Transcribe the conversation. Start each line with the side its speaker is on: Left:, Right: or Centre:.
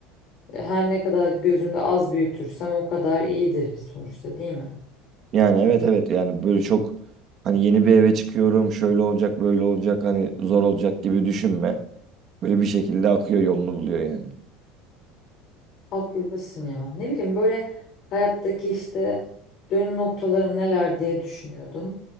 Left: e, Her ne kadar gözümde az büyütürsem o kadar iyidir sonuçta değil mi?
Right: Yani evet evet yani böyle çok hani yeni bir eve çıkıyorum şöyle olacak böyle olacak hani zor olacak gibi düşünme. Böyle bir şekilde akıyor yolunu buluyor yani.
Left: Haklısın ya. Ne bileyim böyle hayattaki işte dönüm noktalarım neler diye düşünüyordum.